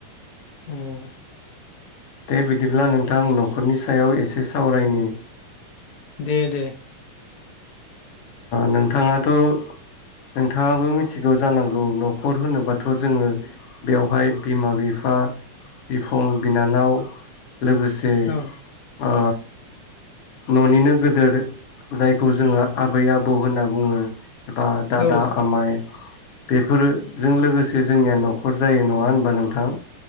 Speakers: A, on the left; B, on the left.
A: उम
B: दे बिदिब्ला नोंथां न'खरनि सायाव एसे सावरायनि
A: दे दे
B: नोंथाङाथ' नोंथाङाबो मिथिगौ जानांगौ न'खर होनोबाथ' जोङो बेवहाय बिमा बिफा बिफं बिनानाव लोगोसे
A: औ
B: ओ न'निनो गोदोर जायखौ जोंहा आबै आबौ होनना बुङो एबा दादा
A: औ
B: आमाइ बेफोरोजों लोगोसे जोंनिया न'खर जायो नङा होनबा नोंथां